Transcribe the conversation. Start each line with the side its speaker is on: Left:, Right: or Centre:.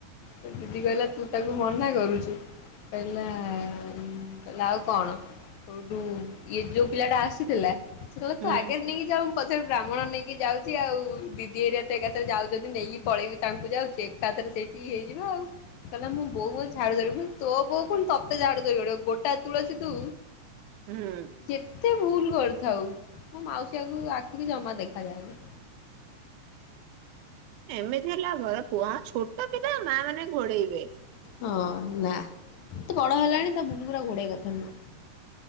Left: ତ ଦିଦି କହିଲା ତୁ ତାକୁ ମନା କରୁଛି। କଇଲା ଉଁ, କଇଲା ଆଉ କଣ। କୋଉଠୁ ଇଏ ଯୋଉ ପିଲା ଟା ଆସିଥିଲା ସେ କହିଲା ତୁ
Right: ହୁଁ
Left: ଆଗରେ ନେଇକି ଯାଉ ପଛରେ ବ୍ରାହ୍ମଣ ନେଇକି ଯାଉଚି ଆଉ, ଦିଦି ହେରିଆ ତ ଏକାଥରେ ଯାଉଚନ୍ତି ନେଇକି ପଳେଇବି ତାଙ୍କୁ ଯାଉଚି। ତାପରେ ସେଇଠି ହେଇଯିବ ଆଉ। କହିଲା ମୁଁ ବୋଉ ମୋତେ ଝାଡୁ ଧରିବ, ମୁଁ କଇନି ତୋ ବୋଉ ପୁଣି ତୋତେ ଝାଡୁ ଧରି ଗୋଡେଇବ ଗୋଟା ତୁଳସୀ ତୁ।
Right: ହୁଁ।
Left: ଯେତେ ଭୁଲ କରିଥାଉ ମୋ ମାଉସୀ ଆଖୁକୁ ଆଖିକି ଜମା ଦେଖାଯାଏନି।
Right: ଏମିତି ହେଲା ଆଉ ଘର, ପୁଅ ଆ, ଛୋଟ ପିଲା ମା ମାନେ ଘୋଡେଇବେ।
Left: ହଁ ନା ତ ବଡ ହେଲାଣି ତ ଭୁଲ ଗୁରା ଘୋଡେଇ କଥା ନୁହଁ।